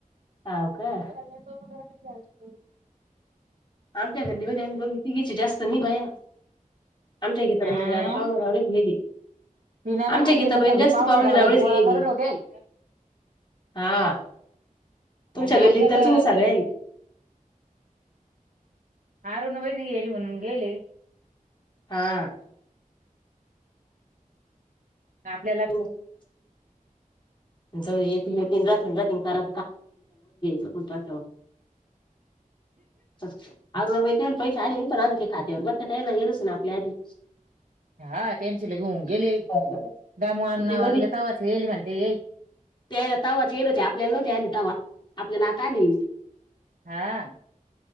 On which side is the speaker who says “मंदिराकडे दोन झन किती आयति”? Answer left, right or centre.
Right